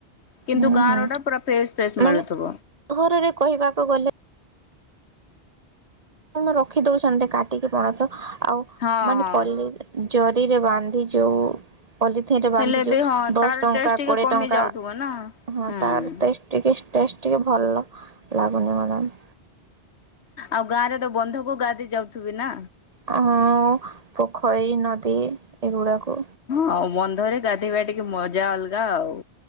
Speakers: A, on the left; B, on the right.
A: କିନ୍ତୁ
B: ହୁଁ
A: ଗାଁରଟା
B: ହୁଁ
A: ପୁରା ଫ୍ରେଶ୍ ଫ୍ରେଶ୍ ମିଳୁଥିବ
B: ମାନେ ସହରରେ କହିବାକୁ ଗଲେ ରଖି ଦଉଛନ୍ତି କାଟିକି ପଣସ ଆଉ
A: ହଁ
B: ମାନେ
A: ହଁ।
B: ପିଲେ ଜରିରେ ବାନ୍ଧି ଯେଉଁ ପଲିିଥିନରେ ବାନ୍ଧି
A: ହେଲେ
B: ଯୋଉ
A: ବି ହଁ
B: ଦଶ
A: ତାର
B: ଟଙ୍କା
A: ଟେଷ୍ଟ ଟିକେ
B: କୋଡିଏ
A: କମି
B: ଟଙ୍କା
A: ଯାଉଥିବ ନା
B: ହଁ
A: ହୁଁ।
B: ତାରଟେ ତେ ଟିକେ ଭଲ ଲାଗୁନି ମ୍ୟାଡ଼ାମ।
A: ଆଉ ଗାଁ ରେ ତ ବନ୍ଧୁ ଗାଧ ଯାଉଥିବେ ନା
B: ହ ପୋଖରୀ ନଦୀ ଏଗୁଡାକୁ
A: ହଁ ବନ୍ଧରେ ଗାଧୋଇବା ଟିକେ ମଜା ଅଲଗା ଆଉ।